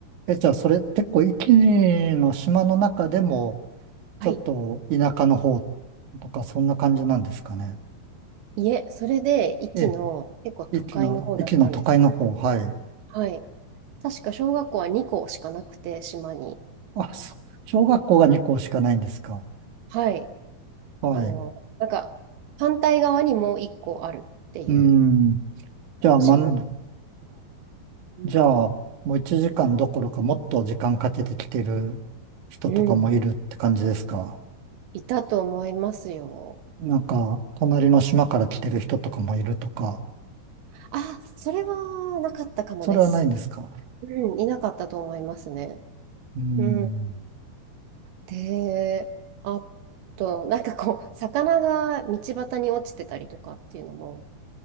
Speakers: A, on the right; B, on the right.
A: え、じゃあそれ結構一時の島の中でも、ちょっと田舎の方
B: はい。
A: とか、そんな感じなんですかね。
B: いえ、それで、壱岐の結構都会の方だったんです。
A: ええ、駅の、駅の都会の方、はい。
B: はい。確か小学校は2校しかなくて、島に。
A: あ、そ小学校が2校しかないんですか。
B: はい。
A: はい。
B: あの、なんか、反対側にもう一個あるっていう、
A: うん。
B: あの島の、
A: じゃあ、まん、あ、
B: うん、
A: じゃあ、もう1時間どころかもっと時間かけてきてる人とかもいるって感じですか。
B: うんいたと思いますよ。
A: なんか、隣の島から来てる人とかもいるとか、
B: あ、それはなかったかもです。
A: それはないんですか。
B: うん、いなかったと思いますね。
A: うん。
B: うん。で、あと、なんかこう、魚が道端に落ちてたりとかっていうのも、